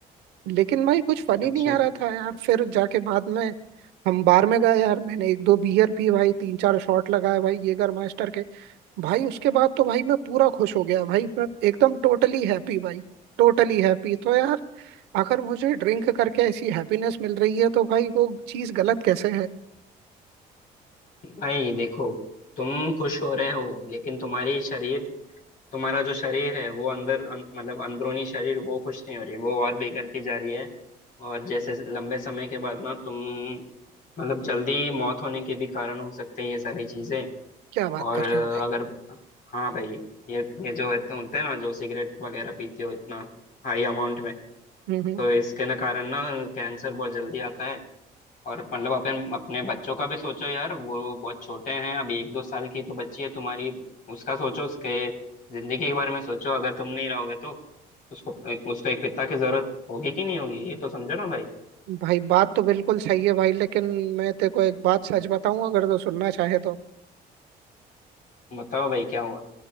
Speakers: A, on the right (about 80°); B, on the left (about 55°).
A: लेकिन भाई कुछ फनी
B: अच्छा
A: नहीं आ रहा था यार फिर जाके बाद में हम बार में गए यार मैंने एक दो बियर पी भाई तीन चार शॉट लगाए भाई येगर मास्टर के भाई उसके बाद तो भाई मैं पूरा खुश हो गया भाई मैं एकदम टोटली हैप्पी भाई टोटली हैप्पी तो यार अगर मुझे ड्रिंक करके ऐसी हैप्पीनेस मिल रही है तो भाई वो चीज गलत कैसे है
B: भाई देखो तुम खुश हो रहे हो लेकिन तुम्हारी शरीर तुम्हारा जो शरीर है वो अंदर अं, मतलब अंदरूनी शरीर वो खुश नहीं हो रही वो और बिगड़ती जा रही है और जैसे लंबे समय के बाद ना तुम मतलब जल्दी मौत होने के भी कारण हो सकते हैं ये सारी चीजें
A: क्या बात
B: और
A: कर
B: अ,
A: रहे हो भाई
B: अगर हाँ भाई ये ये जो होते होते हैं ना जो सिगरेट वगैरह पीते हो इतना हाई अमाउंट में
A: हम्म हम्म।
B: तो इसके ना कारण ना कैंसर बहुत जल्दी आता है और मतलब अपन अपने बच्चों का भी सोचो यार वो बहुत छोटे हैं अभी एक दो साल की तो बच्ची है तुम्हारी उसका सोचो उसके जिंदगी के बारे में सोचो अगर तुम नहीं रहोगे तो उसको एक, उसको एक पिता की जरूरत होगी कि नहीं होगी ये तो समझो ना भाई
A: भाई बात तो बिल्कुल सही है भाई लेकिन मैं तेरे को एक बात सच बताऊं अगर तो सुनना चाहे तो
B: बताओ भाई क्या हुआ